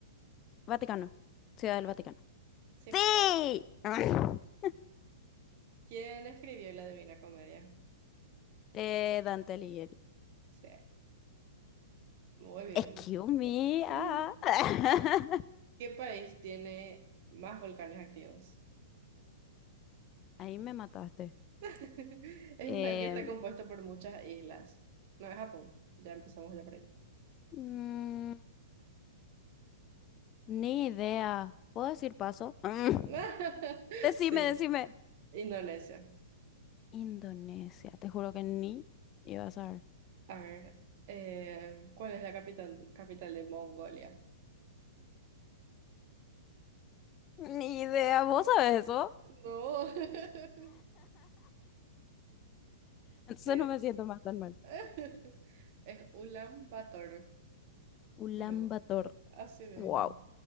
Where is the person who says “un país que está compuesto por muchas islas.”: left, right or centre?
Right